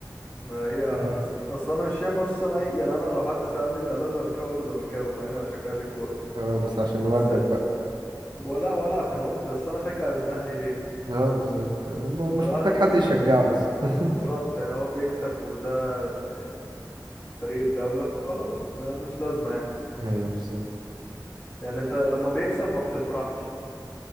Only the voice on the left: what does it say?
ما هي اصل
اصل انا مش شايف اصلا اي يعني انا لو حد سألني انت اهلاوي ولا زملكاوي اقول له زملكاوي مع اني ما بشجعش الكورة
بس
ولا ولا عشان والدي بس انا اشجع الاهلي ليه
ما
الاهلي
بالظبط يعني هو بيكسب وده بت- يعني فريق الدولة فخلاص ملوش لازمة يعني
يعني انت لما بيكسب ما بتفرحش